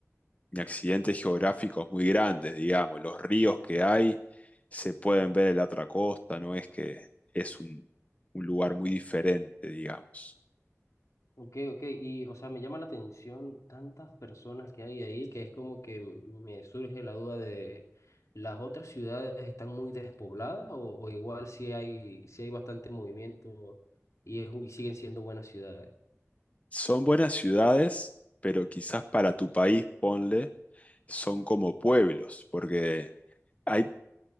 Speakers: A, on the left; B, on the left.
A: ni accidentes geográficos muy grandes, digamos. Los ríos que hay se pueden ver en la otra costa, no es que es un, un lugar muy diferente, digamos.
B: Ok, ok. Y, o sea, me llama la atención tantas personas que hay ahí que es como que me surge la duda de, ¿las otras ciudades están muy despobladas o, o igual si hay, si hay bastante movimiento y, es- y siguen siendo buenas ciudades?
A: Son buenas ciudades, pero quizás para tu país, ponle, son como pueblos, porque hay,